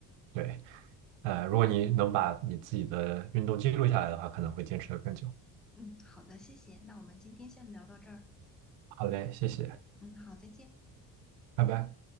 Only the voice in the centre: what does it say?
嗯，好的，谢谢。那我们今天先聊到这儿。
嗯，好，再见。